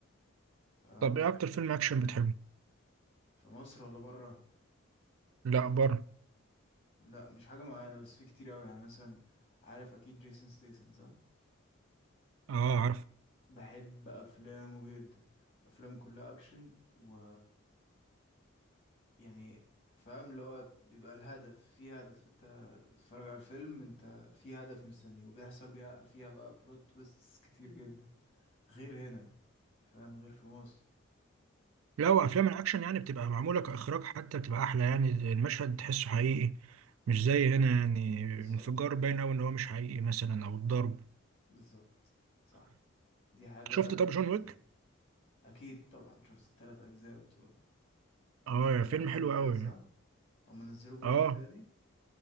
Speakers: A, on the left; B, on the right.
A: فاهم
B: طب ايه اكتر فيلم اكشن بتحبه
A: في مصر ولا بره
B: لا بره
A: لا مش حاجه معينه بس في كتير قوي يعني مثلا عارف اكيد جيسون ستيسن صح
B: اه عارف
A: بحب افلامه جدا افلام كلها اكشن و يعني فاهم اللي هو بيبقى الهدف في هدف انت تتفرج على الفيلم انت في هدف مستنيه وبيحصل بيها فيها بقى بلوت تويستس كتير جدا غير هنا فاهم غير في مصر
B: لا وافلام
A: بس
B: الاكشن يعني بتبقى معموله كاخراج حتى بتبقى احلى يعني المشهد تحسه حقيقي مش زي هنا يعني
A: بالظبط
B: انفجار باين قوي ان هو مش حقيقي مثلا او الضرب
A: بالظبط صح دي حاجة
B: شفت طب جون
A: صحيح
B: ويك
A: اكيد طبعا شفت التلات اجزاء بتوعه هو
B: اه
A: مش كده
B: يا
A: تلات
B: فيلم حلو
A: اجزاء
B: قوي
A: صح هم نزلوا جزء
B: اه
A: تاني